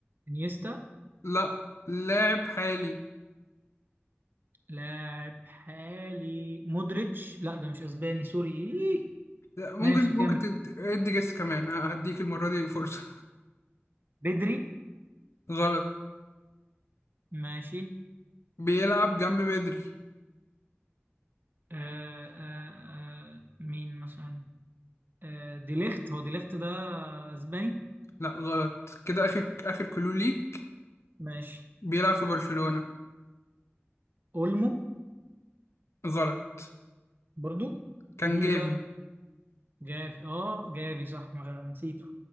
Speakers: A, on the right; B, on the left.
A: انيستا
B: لا لاعب حالي
A: لاعب حالي مودريتش لا ده مش اسباني سوري إيه.
B: لا ممكن
A: ماشي
B: ممكن
A: كمل
B: تد- ادي جس كمان ه- هديك المرة دي فرصة
A: بدري
B: <laughs> غلط
A: ماشي
B: بيلعب جنب بدري
A: آه آه آه مين مثلا آه ديليخت هو ديليخت ده اسباني
B: لا غلط كده آخر آخر كلو ليك
A: ماشي
B: بيلعب في برشلونة
A: اولمو
B: غلط
A: برضو
B: كان
A: مين
B: جافي
A: بقى جافي اه جافي صح ما غ- نسيته